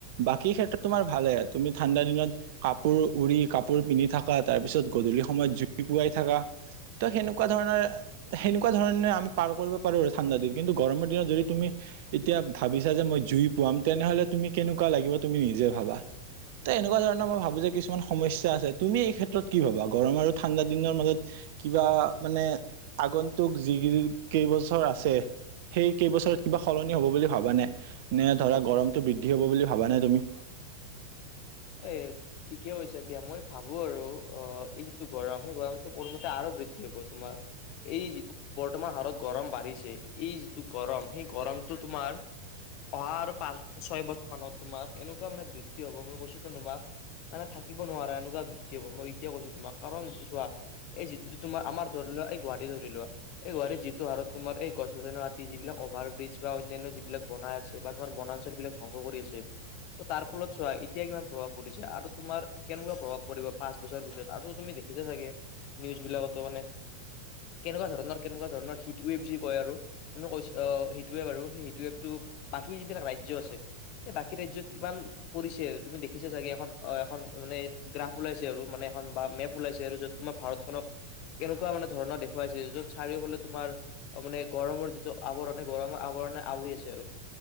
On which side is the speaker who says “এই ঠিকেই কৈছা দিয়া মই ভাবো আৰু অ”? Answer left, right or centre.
Left